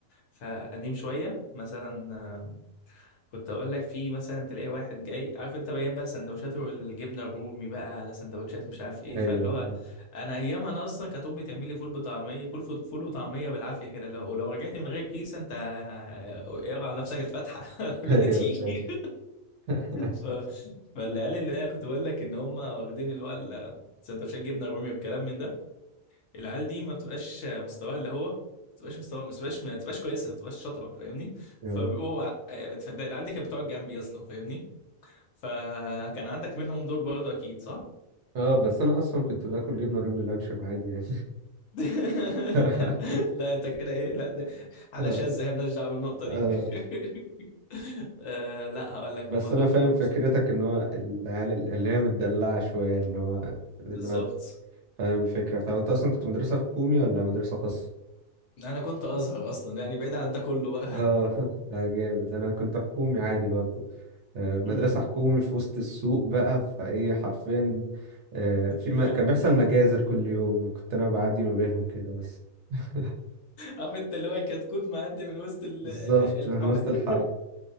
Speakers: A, on the left; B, on the right.
A: فقديم شويه مثلا آه، كنت اقول لك في مثلا تلاقي واحد جاي عارف انت بيان بقى سندوتشاته والجبنه الرومي بقى على سندوتشات مش عارف ايه
B: ايوه
A: فاللي
B: فاهم
A: هو انا ايامها انا اصلا كانت امي تعمل لي فول بطعميه كل فول فول وطعميه بالعافيه كده لو ولو رجعت من غير كيس انت آه، اقرا على نفسك الفاتحه <laughs> قبل
B: <laughs> ايوه
A: ما تيجي
B: فاهم <laughs>
A: ف... فالعيال اللي هي كنت بقول لك ان هم واخدين اللي هو ال- سندوتشات جبنه رومي والكلام من ده العيال دي ما بتبقاش مستواها اللي هو ما بتبقاش مستوى ما بتبقاش ما بتبقاش كويسه ما بتبقاش شاطره فاهمني
B: اه
A: فبيبقوا فالعيال العيال دي كانت بتقعد جنبي اصلا فاهمني فكان عندك منهم دول برضه اكيد صح؟
B: اه بس انا اصلا كنت باكل جبنه رومي لانشون عادي يعني
A: <laughs>
B: <laughs>
A: لا انت كده ايه لا ده حاله
B: آه،
A: شاذه مالناش دعوه بالنقطه
B: آه.
A: دي <laughs> آه لا هقول لك
B: بس
A: هم دول
B: انا فاهم
A: كانوا
B: فكرتك ان هو العيال اللي هي متدلعه شويه ان هو الواد
A: بالظبط
B: فاهم الفكره بتاع انت اصلا كنت مدرسه حكومي ولا مدرسه خاصه
A: انا كنت ازهر اصلا يعني بعيد عن ده كله بقى
B: اه
A: <laughs>
B: <laughs> آه، جامد انا كنت حكومي عادي برضو آه، مدرسه
A: امم
B: حكومي في وسط السوق بقى فايه حرفيا آه،
A: اديله
B: في ما كان بيحصل مجازر كل يوم وكنت انا بعدي ما بينهم كده بس <laughs>
A: عارف انت اللي هو كتكوت معدي من وسط ال-
B: بالظبط
A: الحو...
B: من وسط
A: <laughs>
B: الحرب